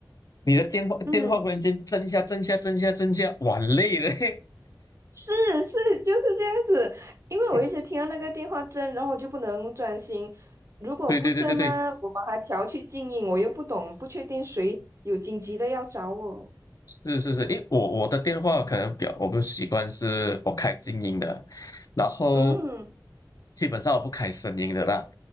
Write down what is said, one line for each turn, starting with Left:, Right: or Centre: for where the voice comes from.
Left: 你的电话电话忽然间震一下震一下震一下震一下，
Right: 嗯，
Left: 哇很累了，嘿
Right: 是是，就是这样子。因为我一直听到那个电话震，
Left: <laughs>
Right: 然后我就不能专心。如果不震呢，
Left: 对对对对对，
Right: 我把它调去静音，我又不懂，不确定谁有紧急的要找我。
Left: 是是是，因为我我的电话可能表我不习惯是我开静音的，然后
Right: 嗯
Left: 基本上我不开声音的啦。